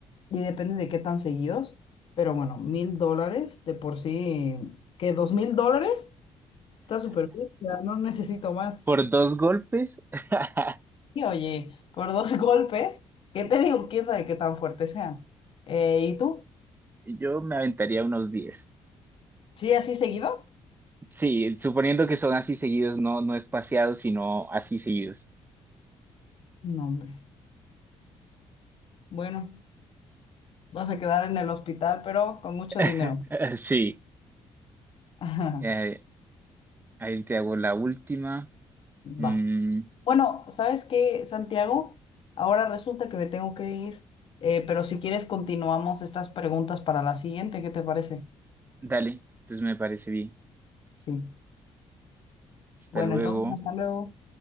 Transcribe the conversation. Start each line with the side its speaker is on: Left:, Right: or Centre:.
Left: y depende de qué tan seguidos. Pero bueno, mil dólares de por sí, que dos mil dólares está súper bien. O sea, no necesito más.
Right: ¿Por dos golpes? <laughs>
Left: Y oye, por dos <laughs> golpes, ¿qué te digo? ¿Quién sabe qué tan fuertes sean? Eh, ¿y tú?
Right: Yo me aventaría unos 10.
Left: ¿Sí, así seguidos?
Right: Sí, suponiendo que son así seguidos, no, no espaciados, sino así seguidos.
Left: No, hombre. Bueno, vas a quedar en el hospital, pero con mucho
Right: <laughs>
Left: dinero.
Right: Sí,
Left: <laughs> Ajá,
Right: eh, ahí te hago la última.
Left: Va.
Right: Mm,
Left: Bueno, ¿sabes qué, Santiago? Ahora resulta que me tengo que ir, Eh, pero si quieres continuamos estas preguntas para la siguiente, ¿qué te parece?
Right: dale, entonces me parece bien.
Left: Sí.
Right: Hasta
Left: Bueno,
Right: luego.
Left: entonces hasta luego.